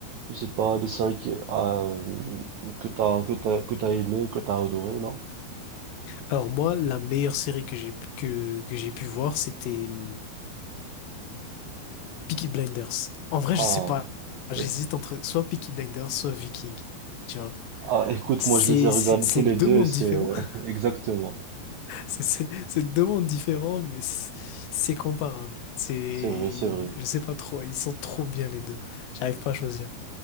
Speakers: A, on the right (about 85°); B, on the left (about 85°).
A: je sais pas, des séries qui, ah, euh, que t'as que t'as que t'as aimé, que t'as adoré, non?
B: Alors moi, la meilleure série que j'ai pu- que, que j'ai pu voir, c'était hmm, Peaky Blinders. En vrai,
A: Ah,
B: je sais pas.
A: oui.
B: J'hésite entre soit Peaky Blinders, soit Viking. Tu vois.
A: Ah, écoute,
B: C'est
A: moi je les ai regardés
B: c'est- c'est
A: tous les
B: deux
A: deux,
B: mondes
A: et c'est
B: différents. <laughs>
A: <laughs> exactement.
B: C'est c'est- c'est deux mondes différents, mais c'est c'est comparable. C'est.
A: C'est vrai, c'est vrai,
B: Je sais pas trop. Ils sont trop bien les deux. J'arrive pas à choisir.